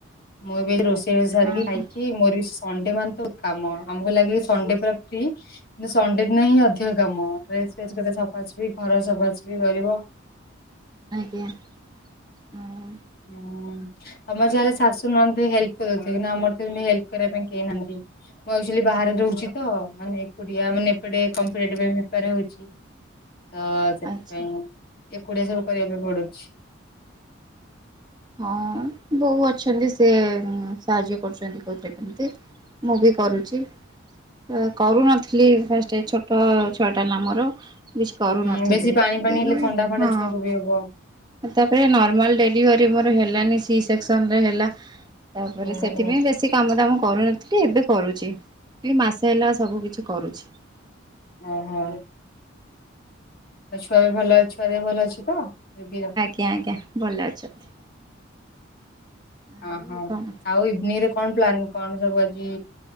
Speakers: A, on the left; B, on the right.
A: ମୁଁ ବି ଆଜି ରୋଷେଇ ସାରିକି
B: ହଁ
A: ଖାଇକି
B: ହଁ
A: ମୋର ବି ସଣ୍ଡେ ମାନେ ତ କାମ। ଆମକୁ ଲାଗେ ସେ ପୁରା ଫ୍ରି କିନ୍ତୁ ସଣ୍ଡେ ଦିନ ହିଁ ଅଧିକ କାମ ଡ୍ରେସ ଫେସ କେତେ ସଫା ସଫି ଘର ସଫାସୁଫି କରିବ।
B: ଆଜ୍ଞା। ଆଉ
A: ହୁଁ ତମର ଯାହାେଲେ ଶାଶୁ ନଣନ୍ଦ ହେଲ୍ପ କରିଦଉଥିବେ କିନୁ ଆମର ଏଠି ହେଲ୍ପ କରିବା ପାଇଁ କେ କେହି ନାହାନ୍ତି। ମୁଁ ଆକ୍ଚୁଆଲି ବାହାରେ ରହୁଛି ତ ମାନେ ଏକୁଟିଆ ମାନେ ଏପଟେ କମ୍ପଟେଟିଭ ପାଇଁ ପ୍ରିପିୟାର ହଉଛି।
B: <inaudible>
A: ତ ସେଥିପାଇଁ
B: ଆଚ୍ଛା।
A: ଏକୁଡ଼ିଆ ସବୁ କରିବା ପାଇଁ ପଡ଼ୁଛି।
B: ହଁ ବୋଉ ଅଛନ୍ତି ସେ ସାହାଯ୍ୟ କରୁଛନ୍ତି କୋଉଥିରେ କେମତି। ମୁଁ ବି କରୁଚି। ଏ କରୁନଥିଲି ଫାଷ୍ଟେ ଏ ଛୋଟ ଛୁଆଟା ନା ମୋର। ବିଛି କରୁନଥିଲି
A: ହୁଁ ବେଶୀ ପାଣି ପାଣି
B: ଏଇ
A: ହେଲେ ଥଣ୍ଡା ଫଣ୍ଡା
B: ହଁ।
A: ଛୁଆକୁ ବି ହବ
B: ତାପରେ ନର୍ମାଲ ଡେଲିଭରି ମୋର ହେଲାନି ସି ସେକ୍ସନରେ ହେଲା। ତାପରେ
A: ଓହୋ
B: ସେଥିପାଇଁ ବେଶୀ କାମ ଦାମ କରୁନଥିଲି ଏବେ କରୁଚି। ଏଇ ମାସେ ହେଲା ସବୁ କିଛି କରୁଛି।
A: ଓ ହୋ। ଆଉ ଛୁଆ ବି ଭଲ ଛୁଆ ଦେହ ଭଲ ଅଛି ତ ବେବିର।
B: ଆଜ୍ଞା ଆଜ୍ଞା ଭଲ ଅଛନ୍ତି। ଆଉ
A: ଓହୋ
B: କଣ
A: ଆଉ ଇଭିନିଂରେ କଣ ପ୍ଲାନ୍? କଣ ସବୁ ଆଜି